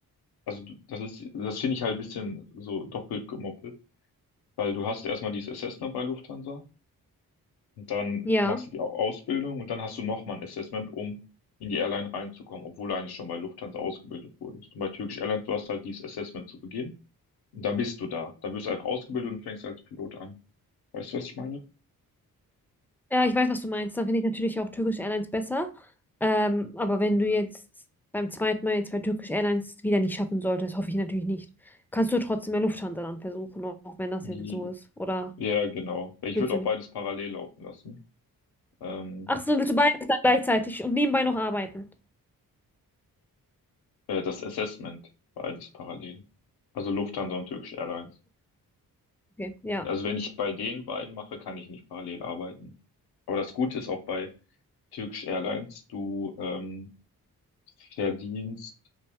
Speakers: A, on the left; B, in the centre.
A: also du- das ist, das finde ich halt ein bisschen so doppelt gemoppelt, weil du hast erstmal dieses Assessment bei Lufthansa und dann
B: ja.
A: machst du die Au- Ausbildung und dann hast du nochmal ein Assessment, um in die Airline reinzukommen, obwohl du eigentlich schon bei Lufthansa ausgebildet wurdest. Und bei Turkish Airlines, du hast halt dieses Assessment zu Beginn und dann bist du da. Dann wirst du einfach ausgebildet und fängst als Pilot an. Weißt du, was ich meine?
B: Ja, ich weiß, was du meinst. Dann finde ich natürlich auch Turkish Airlines besser. Ähm, aber wenn du jetzt beim zweiten Mal jetzt bei Turkish Airlines wieder nicht schaffen solltest, hoffe ich natürlich nicht. Kannst du trotzdem bei Lufthansa dann versuchen, auch wenn das
A: Die,
B: jetzt so ist. Oder
A: ja, genau. Ich
B: willst
A: würde
B: du
A: auch
B: nicht?
A: beides parallel laufen lassen. Ähm,
B: Ach so, willst du beides dann gleichzeitig und nebenbei noch arbeiten?
A: Äh, das Assessment, beides parallel. Also Lufthansa und Turkish Airlines.
B: Okay, ja.
A: Also wenn ich bei den beiden mache, kann ich nicht parallel arbeiten. Aber das Gute ist auch bei Turkish Airlines, du ähm, verdienst